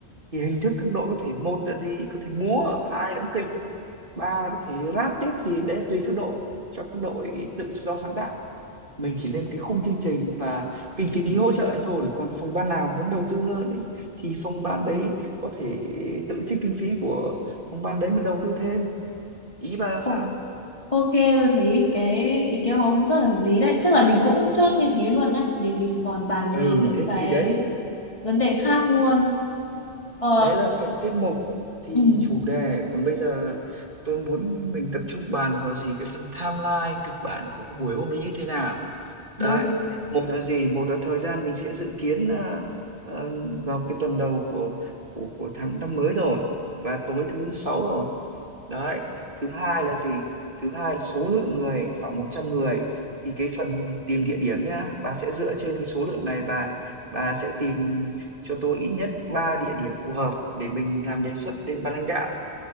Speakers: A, on the right; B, on the left.
A: thì hình thức các đội có thể một là gì có thể múa hai đóng kịch ba là có thể rap tiếp gì đấy tùy các đội cho các đội tự do sáng tạo mình chỉ lên cái khung chương trình và kinh phí hỗ trợ ấy thôi còn phòng ban nào muốn đầu tư hơn ấy thì phòng ban đấy có thể tự trích kinh phí của phòng ban đấy mà đầu tư thêm ý bà ra
B: Ồ,
A: sao
B: ok tôi thấy cái ý kiến của ông cũng rất là hợp lý đấy chắc là mình cũng chốt như thế luôn nhá để mình còn bàn
A: ừ
B: về những
A: thế
B: cái
A: thì đấy
B: vấn đề khác luôn ờ
A: đấy là phần tiết mục thì
B: ừ,
A: chủ đề còn bây giờ tôi muốn mình tập trung bàn vào gì cái phần timeline kịch bản của cái buổi hôm đấy như thế nào đấy
B: đúng
A: một là gì một là thời gian mình sẽ dự kiến là ờ, vào cái tuần đầu của của của tháng năm mới rồi và tối thứ sáu rồi đấy thứ hai là gì thứ hai là số lượng người khoảng một trăm người thì cái phần tìm địa điểm nhá bà sẽ dựa trên cái số lượng này bà bà sẽ tìm cho tôi ít nhất 3 địa điểm phù hợp để mình làm đề xuất lên ban lãnh đạo